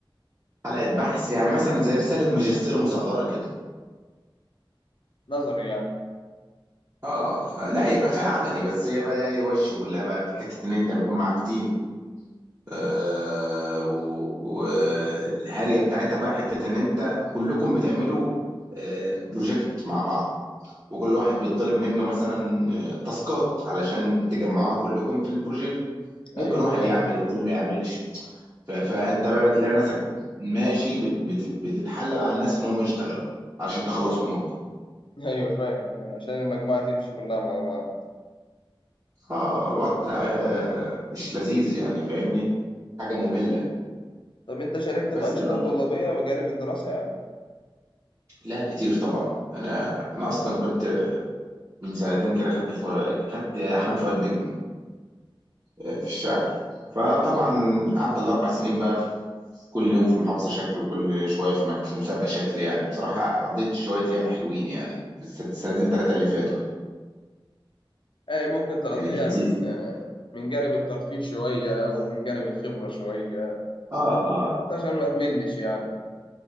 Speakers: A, on the right (about 30°); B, on the left (about 65°).
A: حلقه بحث يعني مثلا زي رساله ماجستير مصغره كده
B: نظري يعني
A: اه لا يبقى فيها عملي بس هي بقى إيه وش كلها بقى في حته ان انت بيكون معاك تيم آه والهاريه بتاعتها بقى حته ان انت كلكم بتعملوا آه بروجكت مع بعض وكل واحد بيطلب منه مثلا آه، تاسكات علشان تجمعوها كلكم في البروجكت ممكن
B: ايوه
A: واحد
B: فاهم
A: يعمل التاني ما يعملش ف- فانت بقى تلاقي نفسك ماشي بت بت بتتحلل على الناس ان هم يشتغلوا علشان تخلصوا اموركم
B: <laughs> ايوه فاهم فاهم. عشان المجموعة تمشي كلها مع بعض
A: اه الوضع آه، مش لذيذ يعني فاهمني حاجه ممله
B: طب انت شاركت في
A: بس
B: أنشطة
A: لا
B: طلابية بجانب الدراسة يعني؟
A: لا كتير طبعا انا انا اصلا كنت من سنتين كده خدت ف... خدت احمد فؤاد نجم آه، في الشعر فطبعا قعدت الاربع سنين بقى في كل يوم في محافظه شكل وكل شويه في مكان في مسابقه شكل يعني بصراحه قضيت شويه ايام حلوين يعني في السنتين ثلاثه اللي فاتوا
B: اي ممكن تقضيها
A: فكانت لذيذه
B: من آه، من جانب الترفيه شوية ومن جانب الخبرة شوية
A: اه اه
B: عشان ما تملش يعني